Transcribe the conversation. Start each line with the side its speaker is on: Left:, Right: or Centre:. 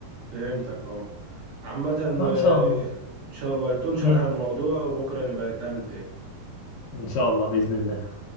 Right: فهمتك اه عامة
Left: فان
Right: آه،
Left: شاء الله
Right: ان شاء الله يطول شرح
Left: امم
Right: الموضوع وبكرة نبقى نتقابل تاني
Left: ان شاء الله بإذن الله